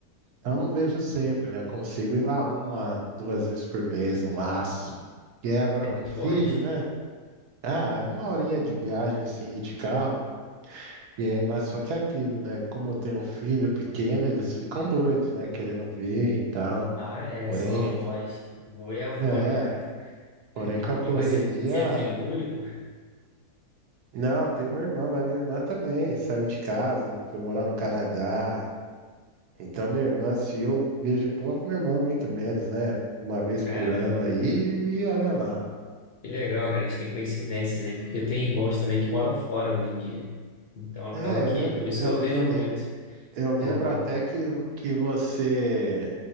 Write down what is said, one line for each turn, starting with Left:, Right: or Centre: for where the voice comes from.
Right: Então eu não vejo sempre, né? Eu consigo ir lá uma, duas vezes por mês, no máximo. E aí agora
Left: É
Right: com
Left: muito
Right: o filho,
Left: longe?
Right: né? Ah, é uma horinha de viagem, sim, de carro. E é, mas só que é aquilo, né? Como eu tenho um filho pequeno, eles ficam doidos, né? Querendo ver e tal.
Left: Ah, é,
Right: Porém,
Left: só avós. Avô e avó,
Right: é,
Left: né, cara?
Right: porém com a correria.
Left: E você, você é filho único?
Right: Não, tenho uma irmã, mas minha irmã também saiu de casa, foi morar no Canadá. Então, minha irmã, se eu vejo pouco, minha irmã muito menos, né? Uma vez
Left: Caramba,
Right: por ano aí, e olha lá.
Left: que legal, cara. A gente tem coincidências aí, porque tem irmãos também que moram fora hoje em dia. Então acaba
Right: É, eu
Left: que,
Right: lembro,
Left: por isso
Right: eu,
Left: que eu vejo
Right: eu, le-
Left: muito
Right: eu lembro
Left: minha mãe.
Right: até que, que você.